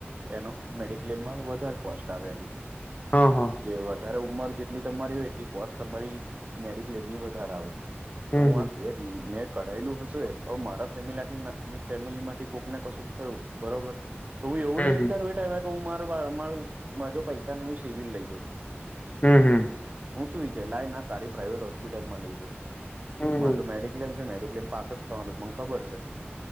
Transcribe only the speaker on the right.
એનો મેડિક્લેમમાં વધારે કોસ્ટ આવે એની
જે વધારે ઉંમર જેટલી તમારી હોય એટલી કોસ્ટ તમારી મેડિક્લેમની વધારે આવે
તો હું
આ બે મેં કરાયેલું હશે મારા ફેમિલાથી ફેમિલી માંથી કોક ને કશુંક થયું બરોબર તો હું એવું
નહીં વિચારું એા એમે કહ મા મા મા જોો પૈસા નને હું સિવિલ લઈ જાઉં.
હું શું વિચાર લાઈ ને આ સારી પ્રાઇવેટ હોસ્પિટલમાં લઈજ
મારે તો મેડિક્લેમ છે મેડિક્લેમ પાસ થવાનું મને ખબર છે